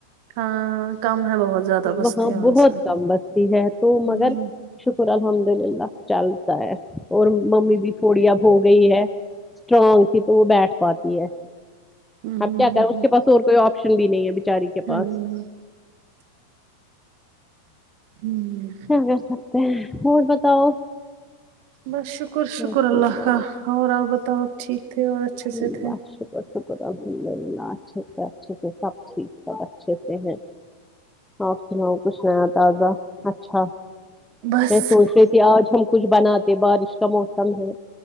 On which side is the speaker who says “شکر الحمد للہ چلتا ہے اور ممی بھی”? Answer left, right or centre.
Centre